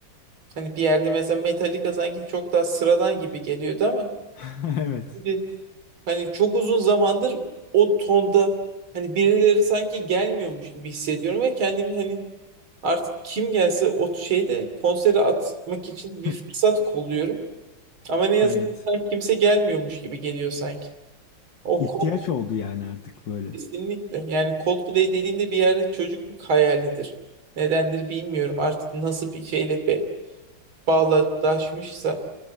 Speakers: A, on the right; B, on the left.
A: Hani bir yerde mesela Metallica sanki çok daha sıradan gibi geliyordu ama
B: <laughs> Evet.
A: şimdi hani çok uzun zamandır o tonda hani birileri sanki gelmiyormuş gibi hissediyorum ve kendimi hani artık kim gelse o şeyde konsere atmak için
B: <laughs>
A: bir fırsat kolluyorum. Ama ne yazık
B: Evet.
A: ki sanki kimse gelmiyormuş gibi geliyor sanki. O
B: İhtiyaç
A: Coldplay
B: oldu yani artık böyle.
A: kesinlikle yani Coldplay dediğimde bir yerde çocukluk hayalidir. Nedendir bilmiyorum artık nasıl bir şeyle be- bağdaşmışsa.